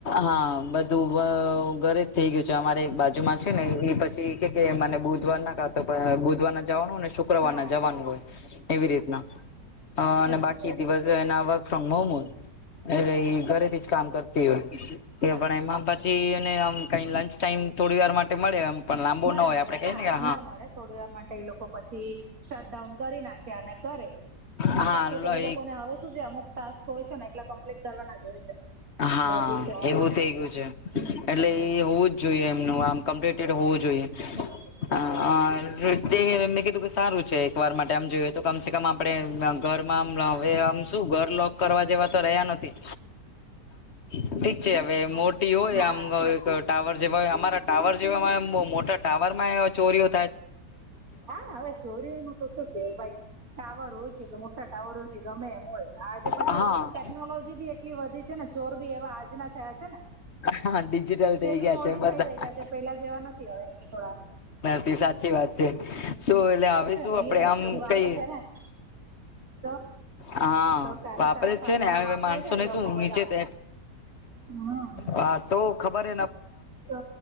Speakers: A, on the left; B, on the right.
A: હા બધું ઘરે થઈ ગયું છે અમારે એક બાજુમાં છે ને એ પછી એ કે મને બુધવાર ના કા તો અહહ બુધવાર ના જવાનું ને શુક્રવારના
B: હા
A: જવાનું હોય એવી રીતના અહહ અને
B: એ
A: બાકી દિવસ એના ફ્રોમ મોટો
B: છે
A: એ ઘરેથી જ કામ કરતી હોય. એ
B: હા
A: પણ એમાં પછી એને આમ કઈ લંચ ટાઈમ થોડી વાર માટે મળે એમ પણ લાંબો
B: મળે
A: ના હોય
B: મળે
A: આપડે કહીએ
B: હા
A: ને કે
B: ના મળે થોડીવાર માટે એ લોકો પછી શટ ડઉન કરી નાખે અને કરે
A: હા
B: બાકી તો એ લોકોને આવે શું જે અમુક ટાસ્ક હોય છે ને એટલા કમ્પ્લીટ કરવાના જ હોય. છે
A: હા
B: એ ઓફિસ શહેરમાં
A: એવું થઈ ગયું છે
B: હમ
A: એટલે એ હોવું જ જોઈએ એમનું આમ કમ્પ્લીટેડ હોવું જોઈએ.
B: હોય છે.
A: અહહ એટલે, મેં કીધું કે સારું છે, એકવાર માટે આમ જોઈએ તો કમસે કમ આપડે ઘરમા <unintelligible> શું ઘર લોક કરવા જેવા તો રહ્યા નથી. ઠીક છે હવે મોટી
B: હા
A: હોય,
B: હા
A: આમ અમમ ટાવર જેવા હોય અમારા ટાવર જેવા ઓમ બવ મોટા ટાવરમાં એ હવે ચોરીયો
B: હા હવે ચોરીઓ ને તો શું કેવું ભાઈ ટાવર હોય કે <unintelligible> ટાવર સુધી ગમે એમ હોય, આજે પછી
A: હા
B: ટેકનોલોજી બી એટલી વધી છે ને ચોર બી એવા આજના થયા છે ને
A: હા ડિજિટલ થઈ
B: એ બી
A: ગયા
B: મોડીિફાય
A: છે બધા
B: થઈ ગયા છે, પેલા જેવા નથી હવે એ બીકડા.
A: એ સાચી વાત છે. શું એટલે આવે
B: છે
A: શું આપડે
B: એ
A: આમ
B: હજી વાપે
A: કઈ?
B: છે ને તો
A: હા
B: તો સારા
A: વાપરે
B: સારા
A: જ
B: સાધનો
A: છે ને, હ
B: વાપરે
A: માણસો
B: છે
A: ને
B: એ લોકો
A: શું?
B: બધા
A: નીચે તે
B: હમ
A: હા તો ખબર હ
B: તો